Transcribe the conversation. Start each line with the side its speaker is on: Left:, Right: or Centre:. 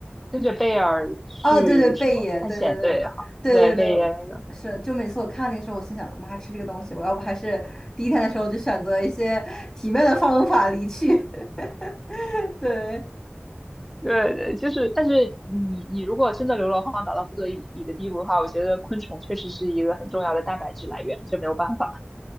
Centre: 跟着贝尔去什么探险对，
Left: 哦，对对，贝爷，对对对对对对，
Centre: 好，对，贝爷那个，
Left: 是。就每次我看那个时候，我心想，妈，吃这个东西，我要不还是第一天的时候我就选择一些体面的方法离去，<laughs> 对。
Centre: 对对，就是，但是你你如果真的流落荒岛到不得已的地步的话，我觉得昆虫确实是一个很重要的蛋白质来源，这没有办法。